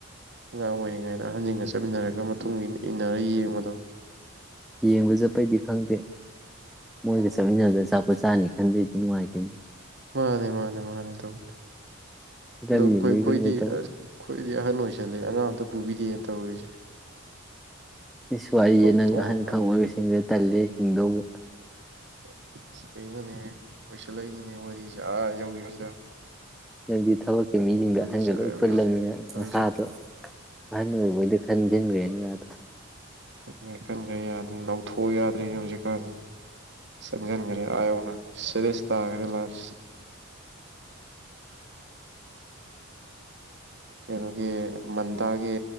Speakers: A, on the right (about 55°); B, in the centre.
A: ꯑꯉꯥꯡ ꯑꯣꯏꯔꯤꯉꯩꯗ ꯑꯍꯟꯁꯤꯡꯒ ꯆꯠꯃꯤꯟꯅꯔꯒ <unintelligible> ꯏꯟꯅꯔ ꯌꯦꯡꯕꯗꯣ
B: ꯌꯦꯡꯕ ꯆꯠꯄꯩꯗꯤ ꯈꯪꯗꯦ ꯃꯣꯏꯒ ꯆꯠꯃꯤꯟꯅꯕꯗ ꯑꯆꯥꯄꯣꯠ ꯆꯥꯅꯤ ꯈꯟꯕꯩꯗꯤ ꯅꯨꯡꯉꯥꯏꯈꯤꯕꯅꯤ
A: ꯃꯥꯅꯦ ꯃꯥꯅꯦ ꯃꯥꯅꯤ ꯇꯧꯕꯅꯦ
B: ꯐꯤꯂꯝ
A: ꯑ ꯑꯩꯣꯏꯈꯣꯏꯗꯤ
B: ꯌꯦꯡꯕꯩ ꯈꯛ ꯅꯠꯇꯕ
A: ꯑꯁ ꯈꯣꯏ ꯑꯍꯅ ꯑꯣꯏ ꯂꯦ ꯑꯥꯡ ꯑꯝꯇ ꯄꯨꯕꯤꯗꯦꯅ ꯇꯧꯔꯤꯁꯦ
B: ꯏꯁ ꯋꯥꯔꯤꯁꯦ
A: ꯇꯣꯛ
B: ꯅꯪ
A: ꯊꯣꯛꯑꯕꯅꯦ
B: ꯑꯍꯜ ꯈꯪ ꯑꯣꯏꯕꯁꯤꯡꯗ ꯇꯜꯂꯦ ꯍꯤꯡꯗꯧꯕ
A: <inaudible> ꯀꯩꯅꯣꯅꯦ ꯑꯣꯏꯁꯜꯂꯛꯅꯤꯅꯦ ꯋꯥꯔꯤꯁꯦ ꯑꯥ ꯌꯧꯈꯤꯕꯁꯤꯗ
B: ꯅꯪꯗꯤ ꯊꯕꯛꯀꯤ ꯃꯤꯁꯤꯡꯗ
A: ꯋꯥꯔꯤꯁꯦ
B: ꯑꯍꯟꯒ ꯂꯣꯏ
A: ꯑ
B: ꯄꯨꯜꯂꯕꯅꯤꯅ
A: ꯌꯧ ꯇꯧꯔꯤꯁꯦ
B: ꯅꯁꯥꯗꯣ ꯑꯍꯟ ꯑꯣꯏꯔꯕꯣꯏꯗ ꯈꯟꯖꯤꯟꯈ꯭ꯔꯦꯅꯗ
A: ꯈꯟꯈ꯭ꯔꯦ ꯈꯟꯈ꯭ꯔꯦ ꯌꯥꯗ꯭ꯔꯦ ꯅꯧꯊꯣꯛꯎ ꯌꯥꯗ꯭ꯔꯦꯅꯦ ꯍꯧꯖꯤꯛꯀꯥꯟꯁꯤ ꯆꯪꯖꯤꯪꯒꯔꯦ ꯑꯌꯧꯟ ꯁꯦꯔꯦꯁ ꯇꯒꯥꯔꯦ ꯂꯥꯕ ꯀꯩꯅꯣꯒꯤ ꯃꯟꯗꯥꯒꯤ